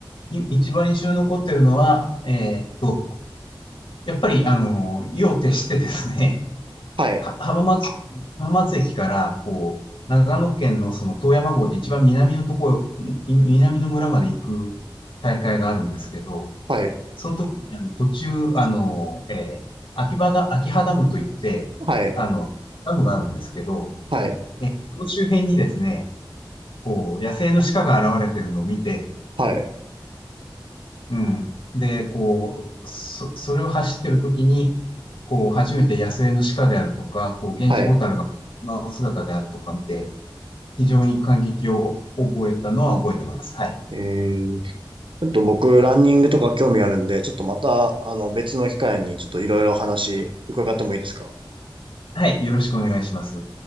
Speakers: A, on the left; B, on the right.
A: い一番印象に残ってるのは、えーっと、やっぱり、あの、夜を徹してですね、<laughs>
B: はい。
A: は浜松、浜松駅から、こう、長野県のその遠山郷って一番南のところ、ん南の村まで行く大会があるんですけど、
B: はい。
A: あの途中、あの、えー秋葉だ、秋葉ダムといって、
B: はい。
A: あの、ダムがあるんですけど、
B: はい。
A: その周辺にですね、こう、野生の鹿が現れてるのを見て、
B: はい。
A: うん。で、こう、そ、それを走ってる時に、こう、初めて野生の鹿であるとか、こう、ゲンジボタルが、
B: はい。
A: まあ、姿であるとか見て、非常に感激を覚えたのは覚えてます。はい。
B: えー、ちょっと僕、ランニングとか興味あるんで、ちょっとまた、あの、別の機会に、ちょっといろいろ話伺ってもいいですか
A: はい。よろしくお願いします。